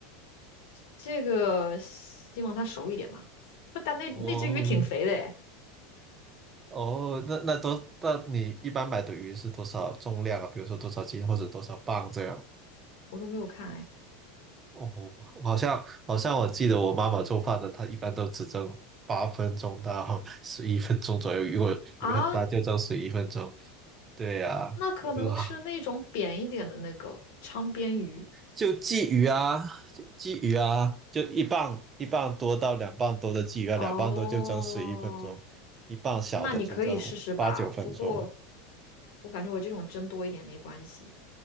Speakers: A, on the left; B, on the right.
A: 这个希望它熟一点嘛。<laughs> 但那那只鱼挺肥的哎，
B: 哦哦，那那多那你一般买的鱼是多少重量啊？比如说多少斤或者多少磅这样？
A: 我都没有看哎。
B: 哦，好像好像我记得我妈妈做饭的，她一般都只蒸八分钟到十一分钟左右，如果鱼很大就蒸十一分钟。
A: 啊，
B: 对呀、
A: 那可能是那种扁一点的那个昌边鱼。
B: 我就 <laughs> 哈。就鲫鱼啊，就鲫鱼啊，就一磅一磅多到两磅多的鲫鱼啊，
A: 哦，
B: 两磅多就蒸十一分钟，一磅小的就蒸八九分钟。
A: 那你可以试试吧。不过，我感觉我这种蒸多一点没关系，